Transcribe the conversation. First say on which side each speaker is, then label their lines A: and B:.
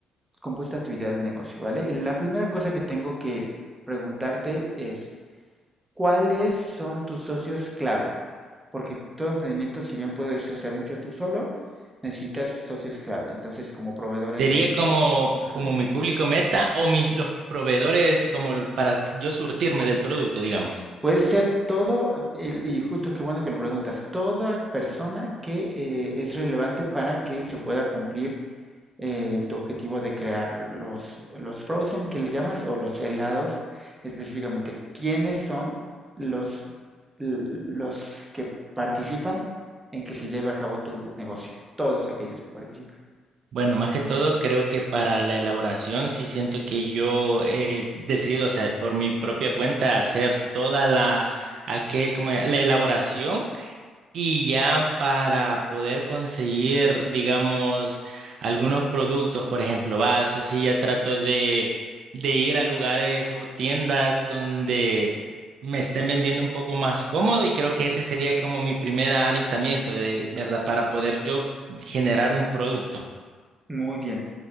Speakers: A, on the right; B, on the right.
A: compuesta tu idea de negocio, ¿vale? La primera cosa que tengo que preguntarte es, ¿cuáles son tus socios clave? Porque todo emprendimiento, si bien puedes hacer mucho tú solo, necesitas socios clave. Entonces, como proveedores
B: Sería
A: de...
B: como,
A: Ajá.
B: como mi público meta o mis, los proveedores como el- para yo surtirme del producto, digamos.
A: Puede ser todo, y justo qué bueno que lo preguntas, toda persona que eh, es relevante para que se pueda cumplir eh, tu objetivo de crear los, los frozen que le llamas o los helados específicamente. ¿Quiénes son los, los que participan en que se lleve a cabo tu negocio? Todos aquellos que participan.
B: Bueno, más que todo, creo que para la elaboración sí siento que yo he decidido, o sea, por mi propia cuenta, hacer toda la, aquel, como la elaboración Y ya para poder conseguir, digamos, algunos productos, por ejemplo, vasos, sí, ya trato de, de ir a lugares o tiendas donde me estén vendiendo un poco más cómodo y creo que ese sería como mi primer avistamiento, de, ¿verdad? Para poder yo generar un producto.
A: Muy bien,